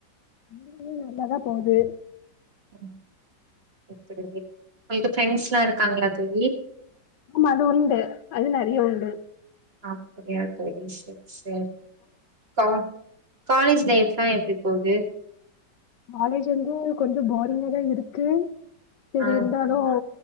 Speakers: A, on the left; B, on the right.
A: இதுவு நல்லாதா போது
B: <unintelligible> உங்களுக்கு ஃப்ரெண்ஸ்லா இருக்காங்களா தோழி
A: ஆமா அது உண்டு அது நறையா உண்டு
B: <unintelligible> சேரி கா காலேஜ் லைஃப்லா எப்டி போது
A: காலேஜ் வந்து கொஞ்ச போரிங்காதா இருக்கு சேரி
B: ஆ
A: இருந்தாலு